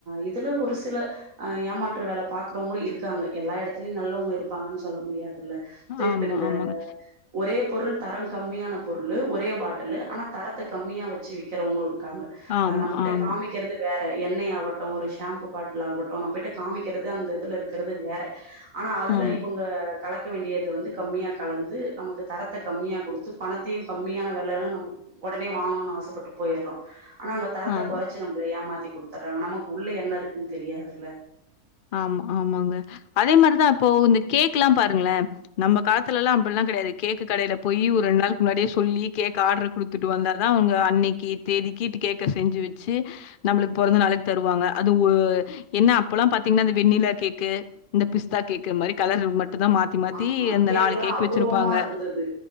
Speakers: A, on the right; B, on the left.
A: இதுல ஒரு சில ஆ ஏமாற்ற வேல பாக்குறவங்களு இருக்காங்க எல்லா எடத்துலயும் நல்லவங்க இருப்பாங்கன் சொல்ல முடியாது ல்ல இதேப்
B: ஆமா,
A: இந்த
B: ஆமாங்க.
A: ஒரே பொருள் தரம் கம்மியான பொருளு ஒரே பாட்டில்லு ஆனா தரத்த கம்மியா வச்சு விக்கிறவங்ளும் இருக்காங்க
B: ஆமா,
A: அ நம்ப கிட்ட
B: ஆமா,
A: காமிக்கிறது வேற எண்ணெய் ஆகட்டும் ஒரு ஷாம்பு பா கெட்லாகட்டும் நம்பட்ட காமிக்கிறது அந்த இதுல இருக்கிறது வேற ஆனா அதுல
B: ஆமா,
A: இவங்க கலக்க வேண்டியத வந்து கம்மியா கலந்து நமக்கு தரத்த கம்மியா கொடுத்து பணத்தியும் கம்மியான வெலன்னு நம்ப ஒடனே வாங்கணுனு ஆசப்பட்டு போயிறோம் ஆனா அங்க தரத்த
B: ஆமா.
A: குறச்சு நம்பள ஏமாத்தி குடுத்துறாங் நமக்கு உள்ள என்ன இருக்குன்னு தெரியாதுல
B: ஆம் ஆமாங்க அதே மாரி தா இப்போ இந்த கேக்குல்லாம் பாருங்ள நம்ப காத்துலல்லா அப்டில்லா கெடையாது கேக்கு கடைல போயி ஒரு ரெண் நாளுக்கு முன்னாடியே சொல்லி கேக் ஆடர் குடுத் த்துட்டு வந்தா தா அவுங்க அன்னிக்கு தேதிக்கிட்டு கேக்க செஞ்சு வச்சு நம்புளுக் பொறந்த நாளுக் தருவாங்க அது ஒ என்ன அப்பல்லா பாத் திங்னா இந்த வெண்ணிலா கேக்கு இந்த பி்ஸ்தா கேக்கு மரி கலரு மட்டும் தா மாத் த்தி மாத்தி
A: ஆமா
B: இந்த
A: கேக்கெல்லா
B: நாலு கேக்கு
A: அபூர்வமா
B: வச்சிருப்பாங்க
A: இருந்தது